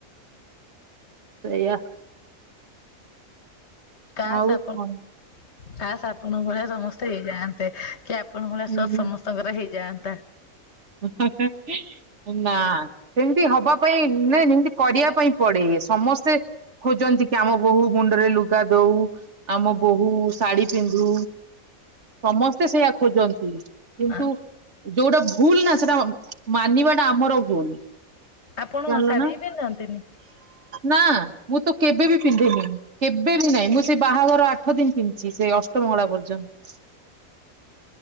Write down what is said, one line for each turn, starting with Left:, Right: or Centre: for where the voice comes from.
Right: ସେଇୟା
Left: କାସ୍
Right: ହଉ
Left: ଆପଣ
Right: କଣ?
Left: କାସ୍ ଆପଣଙ୍କ ଭଳିଆ ସମସ୍ତେ ହେଇଯାଆନ୍ତେ କି ଆପଣଙ୍କ ଭଳିଆ
Right: ହୁଁ।
Left: ସୋଚ ସମସ୍ତଙ୍କର ହେଇଯାଆନ୍ତା।
Right: <unintelligible> ନା ସେମିତି ହବା ପାଇଁ ନାଇ ସେମିତି କରିବା ପାଇଁ ପଡେ ସମସ୍ତେ। ଖୋଜନ୍ତି କି ଆମ ବୋହୂ ମୁଣ୍ଡରେ ଲୁଗା ଦଉ ଆମ ବୋହୂ ଶାଢୀ ପିନ୍ଧୁ। ସମସ୍ତେ ସେଇଆ ଖୋଜନ୍ତି କିନ୍ତୁ
Left: ଆ
Right: ଯୋଉଟା। ଭୁଲ ନା ସେଟା ମାନିବାଟା ଆମର ଭୁଲ।
Left: ଆପଣ
Right: ଜାଣିଲନା
Left: ଶାଢୀ ବି ପିନ୍ଧନ୍ତିନି?
Right: ନା ମୁଁ ତ କେବେବି। ପିନ୍ଧୁନି କେବେବି ନାଇଁ ମୁଁ ସେଇ ବାହାଘର ଆଠ ଦିନ ପିନ୍ଧିଛି ସେ ଅଷ୍ଟମଙ୍ଗଳା ପର୍ଯ୍ୟନ୍ତ।